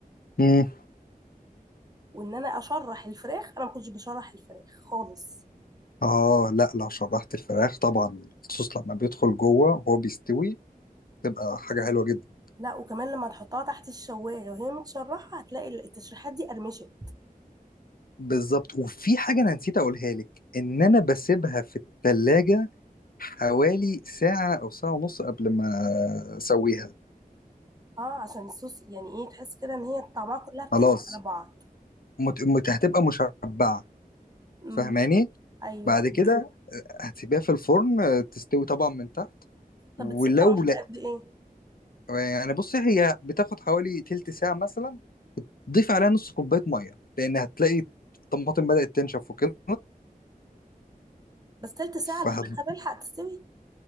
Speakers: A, on the left; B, on the right.
A: مم.
B: وان انا اشرح الفراخ انا ما كنتش بشرح الفراخ خالص
A: اه لا لو شرحت الفراخ طبعا الصوص لما بيدخل جوه وهو بيستوي تبقى حاجة حلوة جدا
B: لا وكمان لما تحطها تحت الشوايه وهي متشرحه هتلاقي التشريحات دي قرمشت
A: بالظبط وفي حاجة أنا نسيت أقولها لك إن أنا بسيبها في التلاجة حوالي ساعة أو ساعة ونص قبل ما أسويها
B: اه عشان الصوص يعني ايه تحس كده ان هي طعمها كلها
A: خلاص
B: بتدي على بعض
A: مت... مت... هتبقى مشبعة
B: امم
A: فاهماني
B: ايوه
A: بعد كده
B: ايوه
A: هتسيبيها في الفرن آه، تستوي طبعا من تحت
B: طب
A: ولو
B: بتسيبها مده
A: لا
B: قد ايه
A: يعني بصي هي بتاخد حوالي تلت ساعة مثلا ضيف عليها نص كوبايه ميه لان هتلاقي الطماطم بدات تنشف وكده
B: بس تلت ساعه
A: فهت
B: الفراخ هتلحق تستوي